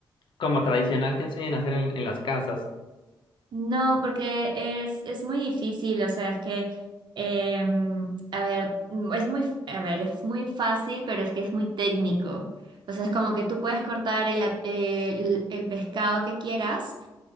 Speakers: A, on the left (about 70°); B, on the right (about 65°).
A: como tradicional que enseñan a hacer en, en las casas.
B: No, porque es, es muy difícil, o sea, es que, em, a ver, mm, es muy, a ver, es muy fácil, pero es que es muy técnico. Entonces, como que tú puedes cortar el, a- el, el pescado que quieras